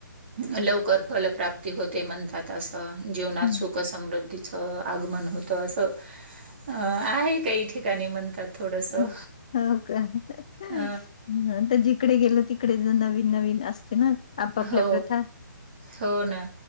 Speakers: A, on the right (about 35°); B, on the left (about 20°).
A: लवकर फलप्राप्ती होते म्हणतात असं जीवनात
B: हम्म
A: सुख समृद्धीच आगमन होतं असं अ आहे काही ठिकाणी म्हणतात. थोडंसं.
B: हो का ह
A: अ,
B: ज तिकडे गेल तिकडे जर नवीन नवीन असते ना. आपापल्या
A: हो.
B: प्रथा
A: हो ना.